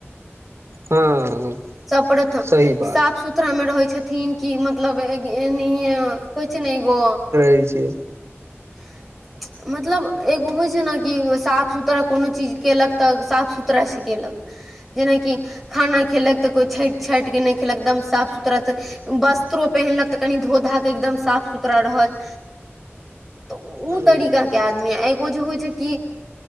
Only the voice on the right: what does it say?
हँ
सही बात
हो छिय
हँ